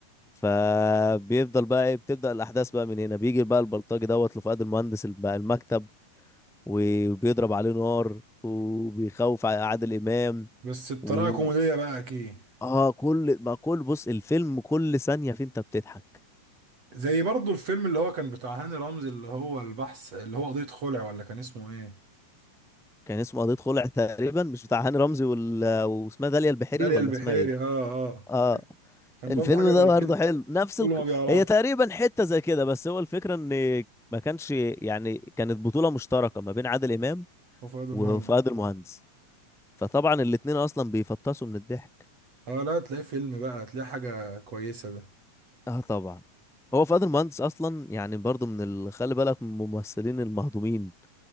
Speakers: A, in the centre; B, on the right (about 50°).
A: فبيفضل بقى ايه بتبدأ الأحداث بقى من هنا بيجي بقى البلطجي دوت لفؤاد المهندس الب- المكتب وبيضرب عليه نار وبيخوف ع- عادل إمام
B: بس بطريقه
A: و
B: كوميديه بقى اكيد
A: اه كل ما كل بص الفيلم كل ثانية فيه انت بتضحك
B: زي برضو الفيلم اللي هو كان بتاع هاني رمزي اللي هو البحث اللي هو قضية خلع ولا كان اسمه ايه
A: كان اسمه قضية خلع تقريبا مش بتاع هاني رمزي وال... آه، واسمها داليا البحيري
B: داليا
A: ولا
B: البحيري
A: اسمها ايه
B: اه اه
A: اه
B: كان
A: الفيلم
B: برضو حاجة زي
A: ده برضه
B: كده
A: حلو نفس
B: كله
A: ال...
B: ما بيعرفش
A: هي تقريبا حتة زي كده بس هو الفكرة ان ما كانش يعني كانت بطولة مشتركة ما بين عادل امام
B: هو فؤاد المهندس
A: وفؤاد المهندس فطبعا الاتنين اصلا بيفطسوا من الضحك
B: اه لا تلاقيه فيلم بقى هتلاقيه حاجة كويسة ده
A: اه طبعا هو فؤاد المهندس اصلا يعني برضه من ال... خلي بالك من الممثلين المهضومين